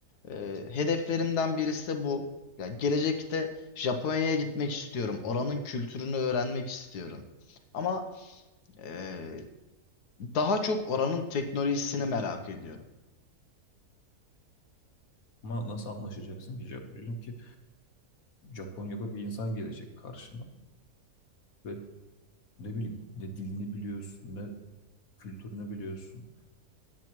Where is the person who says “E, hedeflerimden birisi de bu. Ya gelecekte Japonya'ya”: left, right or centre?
Left